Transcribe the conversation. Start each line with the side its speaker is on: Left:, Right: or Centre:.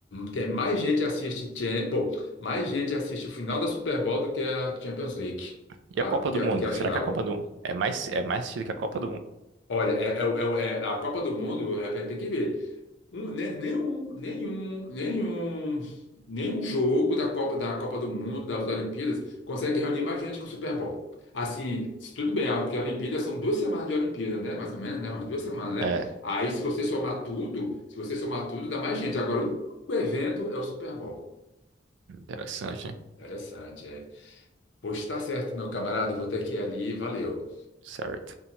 Left: tem, mais gente assiste, Cha- bom, mais gente assiste o final da Super Bowl do que a Champions League,
Right: E
Left: a-
Right: a Copa
Left: do que,
Right: do
Left: a,
Right: Mundo?
Left: do que a final.
Right: Será que a Copa do Mundo é mais, é mais assistida que a Copa do Mundo?
Left: Olha, é, é, o- é, o- é- a Copa do Mundo é, vai ter que ver. Um- ne- nenhum, nenhum, nenhum, nenhum jogo da Copa, da Copa do Mundo, das Olimpíadas, consegue reunir mais gente que o Super Bowl. Assim, se tudo bem, ah, porque a Olimpíada são duas semanas de Olimpíada, né? Mais ou menos, né? Umas duas semanas, né?
Right: É,
Left: Aí, se você somar tudo, se você somar tudo, dá mais gente. Agora, o único evento é o Super Bowl.
Right: interessante, hein?
Left: Interessante, é. Pois tá certo, meu camarada, eu vou ter que ir ali. Valeu.
Right: Certo.